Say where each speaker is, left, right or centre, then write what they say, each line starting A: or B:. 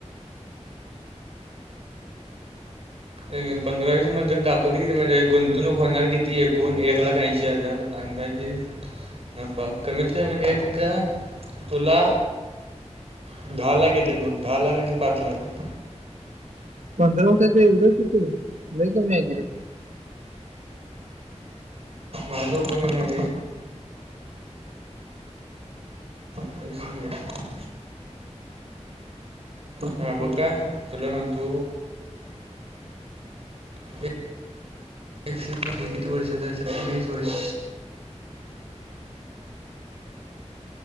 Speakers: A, on the right; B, on the right.
A: पंधरा वीस म्हण दाखवते किती म्हणजे गुंतवणूक होणार किती एकूण एक लाख ऐंशी हजार अंदाजे नफ कमीत कमी म्हणजे ए. तुला दहा लाख येतात बघ दहा लाख आणि पाच लाख
B: पंधरा वर्षाच एवढंच येते ल क म
A: माझ पण मिनाई एकसपया
B: कमी
A: ह
B: केलं
A: बका
B: आहे.
A: तुलाखंतु े हे किती वर्ष सत्तेचाळीस वर्ष